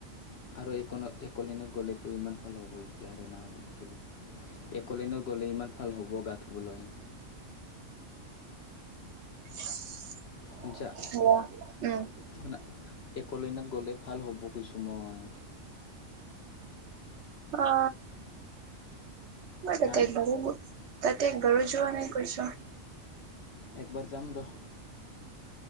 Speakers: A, on the left; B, on the right.
A: আৰু এক একোলেনত গ'লেতো ইমান ভাল হ'ব এতিয়া আৰু না'ব কিবা একলেনত গ'লে ইমান ভাল হ'ব গা ধুবলৈ
B: <inaudible>
A: শুনিছা
B: উম
A: শুনা একলেন ত গ'লে ভাল হ'ব কৈছোঁ মই।
B: অ মাজতে
A: হা
B: একবাৰে তাতে গৰো যোৱা নাই কৈছ।
A: একবাৰ যাম ৰ।